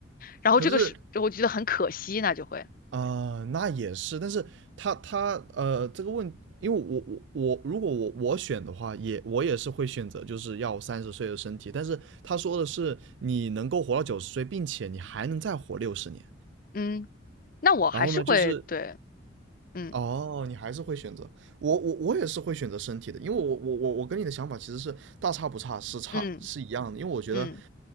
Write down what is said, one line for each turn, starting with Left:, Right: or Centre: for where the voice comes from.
Left: 然后这个是我觉得很可惜，
Right: 可是
Left: 那就会，
Right: 啊、那也是，但是他他呃，这个问，因为我我我，如果我我选的话，也我也是会选择就是要三十岁的身体，但是他说的是你能够活到九十岁，并且你还能再活六十年，
Left: 嗯，那我还是会对，
Right: 然后呢，就是
Left: 嗯
Right: 哦，你还是会选择我我我也是会选择身体的，因为我我我我跟你的想法其实是大差不差，是差是一样的，
Left: 嗯
Right: 因为我觉得
Left: 嗯，